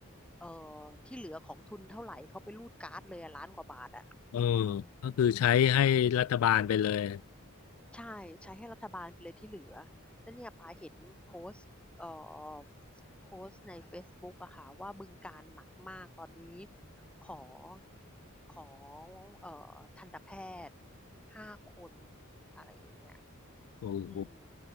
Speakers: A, in the centre; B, on the left.
A: เอ่อที่เหลือของทุนเท่าไหร่เขาไปรูดการ์ดเลยอะล้านกว่าบาทอ่ะ
B: เออ
A: อืม
B: ก็คือใช้ให้รัฐบาลไปเลย
A: ใช่ใช้ให้รัฐบาลไปเลยที่เหลือแล้วเนี่ยปาเห็นโพสต์เอ่อโพสต์ใน Facebook อะค่ะว่าบึงการหนักมากตอนนี้ขอขอเอ่อทันตแพทย์ห้าคนอะไรอย่างเงี้ย
B: โอ้โห
A: อืม